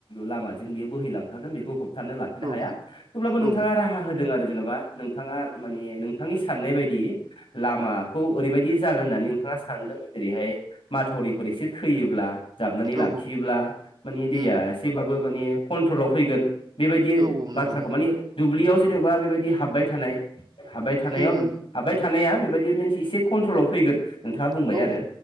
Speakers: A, on the left; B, on the right.
A: लामाजों बियो बोहैलांखागोन बेखौ ह होबथानो लाखिनो
B: औ
A: हाया थेवब्लाबो नोंथाङा
B: औ
A: राहा होदों आरो जेनबा नोंथाङा माने नोंथांनि साननाय बायदि दि लामा खौ ओरैबायदि जागोन होननानै नोंथाङा सानदों जेरैहाय माथावरिफोर एसे खोयोब्ला जाबनानै
B: औ
A: लाखियोब्ला माने दैया
B: उम
A: एसेब्लााबबो माने कन्ट्रलाव फैगोन बेबायदि
B: औ
A: बाथ्राखौ
B: नंगौ
A: माने दुब्लियाव जेनेबा बेबायदि हाबबाय थानाय हाब थानायाव
B: होम
A: हाबबाय थानाया बेबायदि नो एस एसे कन्ट्रलाव फैगोन नोंथाङा बुंबाय
B: होम औ
A: आरो